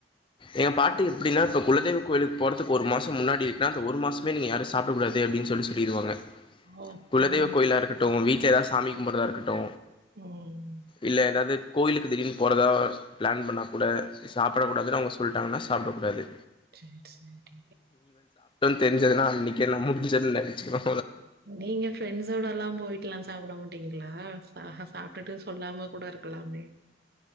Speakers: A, on the left (about 30°); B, on the right (about 55°).
A: ஏ பாட்டி எப்டீன்னா இப்ப குலதெய்வோ கோயிலுக்கு போறதுக்கு ஒரு மாசோ முன்னாடி இருக்குன்னா அந்த ஒரு மாசமே நீங்க யாரோ சாப்டக்கூடாது அப்டீன் ன்னு சொல்ட்டு சொல்லிருவாங்க
B: ஓ
A: குலதெய்வ
B: ஆ
A: கோயிலா இருக்கட்டோ வீட்ல ஏதாது சாமி கும்பட்றதா இருக்கட்டோ
B: ம்
A: இல்ல எதாது கோயிலுக்கு திடீர்னு போறதா பிளான் பண்ணா கூட சாப்டக்கூாதுன்னு அவுங்க சொல்ட்டாங்கனா சாப்டக்கூடாது
B: செரி செரிங்க
A: தெர்ஞ்சதுன்னா அன்னிக்கே நா முடிஞ்சதுன்னு நெனச்சுக்கணோ
B: நீங்க ஃப்ரெண்ட்ஸோடலா போயிட்டுலா சாப்ட மா ட்டீங்களா அஹ சாப்ட்டுட்டு சொல்லாம கூட இருக்கலாமே